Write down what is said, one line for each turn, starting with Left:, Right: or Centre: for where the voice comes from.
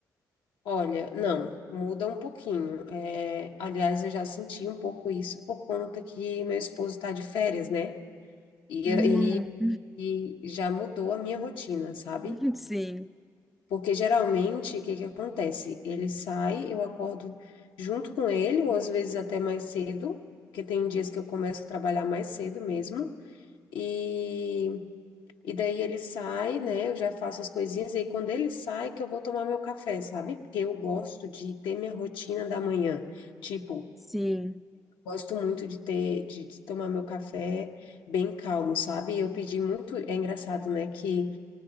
Left: Olha, não, muda um pouquinho. É, aliás, eu já senti um pouco isso por conta que meu esposo está de férias, né? E
Centre: Hum,
Left: aí e já mudou a minha rotina, sabe?
Centre: <laughs> sim,
Left: Porque geralmente, o que que acontece? Ele sai, eu acordo junto com ele, ou às vezes até mais cedo, porque tem dias que eu começo a trabalhar mais cedo mesmo. E, e daí ele sai, né? Eu já faço as coisinhas, e aí quando ele sai, que eu vou tomar meu café, sabe? Porque eu gosto de ter minha rotina da manhã. Tipo,
Centre: sim,
Left: gosto muito de ter, de, de tomar meu café bem calmo, sabe? Eu pedi muito, é engraçado, né? Que